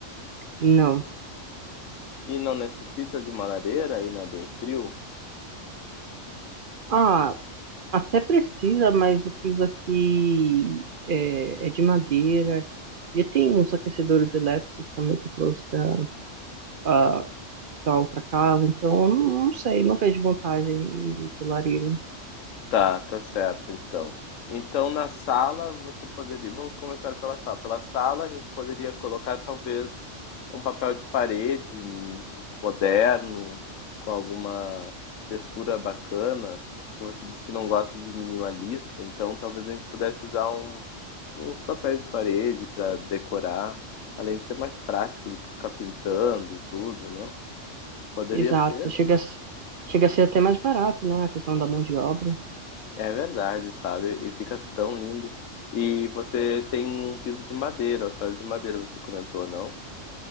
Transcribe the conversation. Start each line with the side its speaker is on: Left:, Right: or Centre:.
Right: Não.
Left: E não necessita de uma lareira? Aí não é bem frio?
Right: Ah, até precisa, mas o piso aqui é, é de madeira. E tem uns aquecedores elétricos também que eu trouxe da, a- da outra casa, então eu não, não sei, não vejo vantagem em ter lareira.
Left: Tá, tá certo então. Então na sala você poderia vamos começar pela sala. Pela sala a gente poderia colocar talvez um papel de parede hum, moderno, com alguma textura bacana, que você disse que não gosta de minimalista, então talvez a gente pudesse usar um uns papéis de parede para decorar, além de ser mais prático do que ficar pintando e tudo, não? Poderia
Right: Exato.
Left: ser?
Right: Chega, a s- chega a ser até mais barato, né? A questão da mão de obra.
Left: É verdade, sabe? E fica tão lindo. E você tem um piso de madeira, o solo de madeira, você comentou, não?